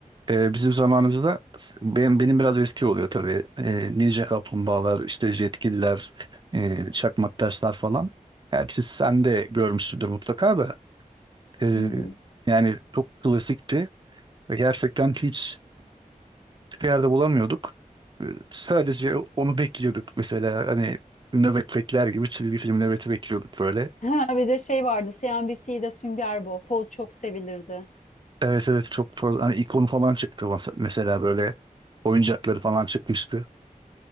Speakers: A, on the right; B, on the left.
A: E, bizim zamanımızda benim, benim biraz eski oluyor tabii. E, Ninja Kaplumbağalar, işte Jetgiller, e, Çakmak Taşlar falan. Gerçi sen de görmüşsündür mutlaka da. E,
B: Hı hı. <laughs>
A: yani çok klasikti ve gerçekten hiç hiçbir yerde bulamıyorduk. Ee, Sadece onu bekliyorduk mesela hani nöbet bekler gibi çizgi film nöbeti bekliyorduk böyle.
B: Ha, bir de şey vardı. CNBC'de Sünger Bob. O çok sevilirdi.
A: Evet evet çok fazla hani ikonu falan çıktı mas- mesela böyle oyuncakları falan çıkmıştı.